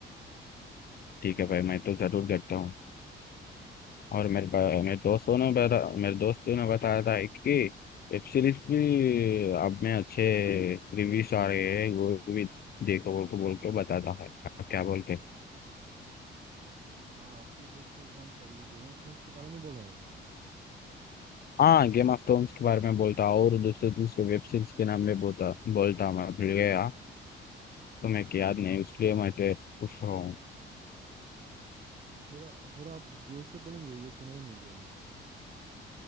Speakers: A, on the left; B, on the right.
A: ठीक है भाई मैं तो जरूर देखता हूँ और मेरे पा- मेरे दोस्तों ने बता मेरे दोस्त ने बताया था कि वेब सीरीज भी अब में अच्छे रिव्यूज आ रहे हैं वो भी देखो बोल के बोल के बताता है आप क्या बोलते हैं
B: हाँ आपके दोस्त ने कौन सा ये गेम ऑफ थ्रोन्स के बारे में बोला है
A: हाँ गेम ऑफ थ्रोन्स के बारे में बोलता और दूसरे दूसरे वेब सीरीज के नाम में बोलता बोलता मैं भूल गया तो मैं क्या याद नहीं उसके लिए मैं तेरे पूछ रहा हूँ
B: थोड़ा थोड़ा आप जोर से बोलेंगे ये सुनाई नहीं दिया मुझको